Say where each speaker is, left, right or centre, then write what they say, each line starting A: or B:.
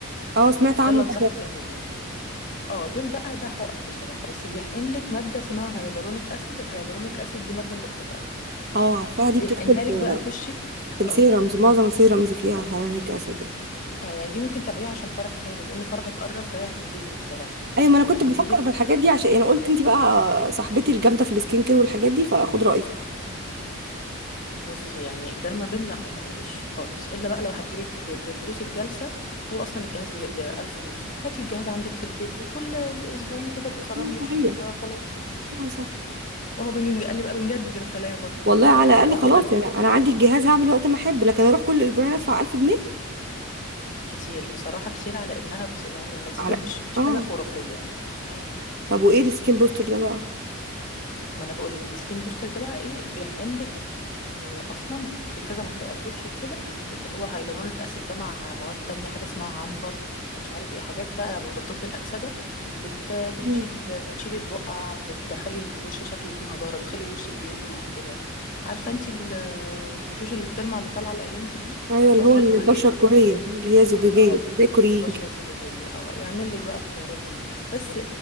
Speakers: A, on the right (about 45°); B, on the left (about 35°).
A: اه سمعت
B: ده
A: عنه
B: اللي
A: ده
B: انصحك تعمليه اه دول بقى ده حقن بصراحه بس بيحقن لك ماده اسمها هيالورونيك اسيد الهيالورونيك اسيد دي ماده مرطبه قوي
A: اه عارفاها دي
B: بيحقنها
A: بتدخل
B: لك
A: في
B: بقى في وشك
A: في السيرمز
B: اه
A: معظم السيرمز فيها هيرونيك اسيد ده
B: اه يعني دي ممكن تعمليها عشان فرحك يعني بما ان فرحك قرب فهي هتنجزك بصراحه
A: ايوه ما انا كنت
B: هتنجزك
A: بفكر في الحاجات
B: جامد
A: دي عشان انا قلت انتي بقى صاحبتي الجامده في السكين كير والحاجات دي فاخد رايك
B: بصي يعني درمابين لا ما تعمليش خالص الا بقى لو هتجيبي ج- ب- بفلوس الجلسه هو اصلا الجهاز ب 1000 ونص هاتي الجهاز عندك في البيت وكل اسبوعين كده بيخرمي
A: اه
B: وشك
A: صحيح
B: شويه وخلاص
A: اه صح
B: وهو بنج- قال لي بقى بنجدد الخلايا برضو
A: والله
B: بالمره
A: على
B: يعني
A: الاقل
B: اروح
A: خلاص
B: لحد يجددها
A: يعني انا عندي
B: لي
A: الجهاز هعمل وقت ما احب لكن اروح كل اسبوعين ادفع 1000 جنيه
B: كتير بصراحة كتير على انها بس يعني النتيجة
A: على
B: مش مش
A: اه
B: حاجة خرافية يعني عادي
A: طب وايه السكين بوستر ده بقى
B: ما انا بقول لك السكين بوستر ده بقى ايه بيحقن لك إيه اصلا في كذا منطقة في وشك كده اللي هو هيلورونيك اسيد ده مع مواد تانية حاجة اسمها عنبر ومش عارف ايه حاجات بقى مضادات للأكسدة بت بتشيل
A: مم.
B: بتشيل البقع بتخلي الوش شكله فيه نضارة بتخلي الوش بيلمع كده عارفة انتي ال- الوشوش اللي بتلمع اللي طالعة الأيام دي دي
A: ايوه اللي
B: بشرة
A: هو البشره
B: زجاجية
A: الكوريه اللي هي زجاجيه
B: اه
A: دي، زي الكوريين
B: بشرة
A: كده
B: زجاجية اه يعمل لك بقى الحوارات دي بس